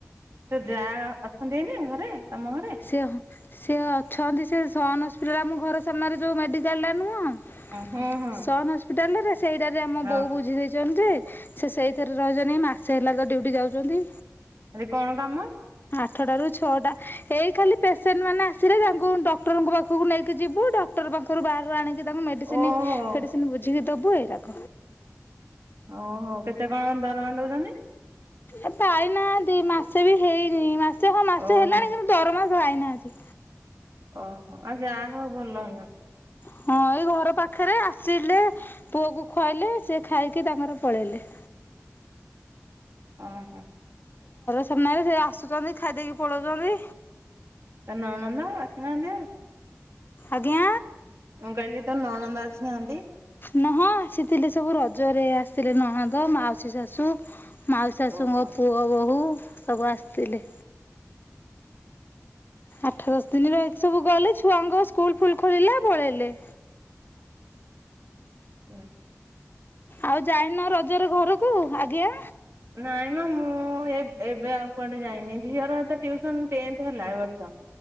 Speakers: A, on the right; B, on the left.
A: ତ ଯାହା ଅଛନ୍ତି ଏ ନା ଘରେ ତମ ଘରେ।
B: ସେ ସେ ଅଛନ୍ତି ସେ ସନ ହସ୍ପିଟାଲ ଆମ ଘର ସାମ୍ନାରେ ଯୋଉ ମେଡିକାଲଟା ନୁହଁ। ହଁ
A: ହଁ ହଁ।
B: ସନ୍ ହସ୍ପିଟାଲରେ ସେଇଟ ଆମ
A: ହଁ
B: ବୋଉ ବୁଝି ଦେଇେଇଛଛନ୍ତି ଯେ। ସେ ସେଇଥିରେ ରହିଛନ୍ତିନି ମାସେ ହେଲା ତ ଡୁଟି ଯାଉଛନ୍ତି।
A: ଆରେ କଣ କାମ।
B: ଆଠଟ ର ଛଅଟା। ଏଇ ଖାଲି ପେସେଣ୍ଟ ମାନେ ଆସିଲେ ତାଙ୍କୁ ଡକ୍ଟରଙ୍କ ପାଖକୁ ନେଇକି ଯିବୁ ଡକ୍ଟର ପାଖରୁ ବାହାରୁ ଆଣିକି। ତାଙ୍କୁ ମେଡ଼ିସିନ
A: ଓହୋ।
B: ମେଡ଼ିସିନ ବୁଝିକି ଦେବୁ ଏଇରାକ।
A: ଓହୋ କେତେ କଣ ଦରମାାନ ଦଉଛନ୍ତି।
B: ଏ ପାଇନା ମାସେ ବି ହେଇନି ମାସେ ହଁ ମାସେ
A: ଓହୋ।
B: ହେଲାଣି କିନ୍ତୁ। ଗରମା ଭାଇନାହାନ୍ତି।
A: ଓହୋ ଆଉ ଯାହା ହଉ ଭଲ ହେଲା।
B: ହଁ ଏଇ ଘର ପାଖରେ ଆସିଲେ ପୁଅକୁ ଖୁଆଇଲେ ସେ ଖାଇକି ତାଙ୍କର ପଳେଇଲେ।
A: ଓ ହୋ।
B: ସେମାନେ ସେ ଆସୁଛନ୍ତି ଖାଇ ଦେଇକି ପଳଉଛନ୍ତି।
A: ତୋ ନଣନ୍ଦ ଆସନାହାନ୍ତି ଆଉ?
B: ଆଜ୍ଞା।
A: ମୁଁ କହିଲି ତୋ ନଣନ୍ଦ ଆସିନାହାନ୍ତି।
B: ନା ହଁ ଆସିଥିଲେ ସବୁ ରଜରେ ଆସିଥିଲେ ନଣଦ ମାଉସୀ ଶାଶୁ। ମାଉ ଶାଶୁଙ୍କ
A: ଓହୋ
B: ପୁଅବୋହୁ ସବୁ ଆସିଥିଲେ। ଆଠ ଦଶ ଦିନ ରହିକି ସବୁ ଗଲେ ଛୁଆଙ୍କ ସ୍କୁଲ ଫୁଲ ଖୋଲିଲେ ପଳେଇଲେ।
A: ହୁଁ।
B: ଆଉ ଯାଇନ ରଜରେ ଘରକୁ ଆଜ୍ଞା।
A: ନାଇଁ ମ ମୁଁ ଏ ଏବେ ଆଉ କୁଆଡେ ଯାଇନି ଝିଅର ତ ଟିଉସନ ଟେନ୍ଥ ହେଲା ଏ ବର୍ଷ